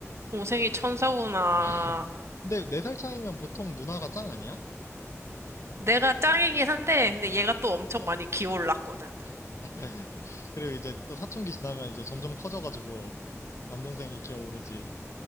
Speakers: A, on the right; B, on the left.
A: 동생이 천사구나.
B: 음. <laughs> 근데 네 살 차이면 보통 누나가 짱 아니야?
A: 내가 짱이긴 한데 근데 얘가 또 엄청 많이 기어올랐거든.
B: <laughs> 그리고 이제 또 사춘기 지나면 이제 점점 커져가지고, 남동생이 기어오르지.